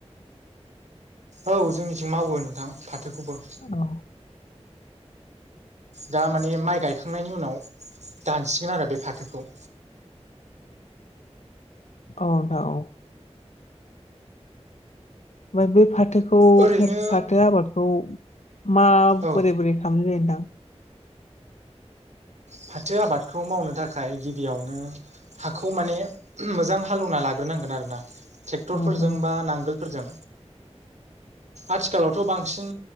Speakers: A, on the right; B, on the left.
A: औ जोंनिथिं मावो नोंथां फाथोखौबो।
B: औ
A: दा माने माइ गायखांनायनि उनाव दानसिगोन आरो बे फाथोखौ।
B: औ औ ओमफ्राय बे फाथोखौ
A: ओरैनो
B: फाथो आबादखौ मा
A: औ
B: बोरै बोरै खामनाय जायो नोंथां?
A: फाथो आबादखौ मावनो थाखाय गिबियावनो हाखौ माने मोजां हालेवना लाग्रोनांगोन आरोना ट्रेक्टरफोरजों
B: नोंथां
A: बा नांगोल फोरजों आथिखालावथ' बांसिन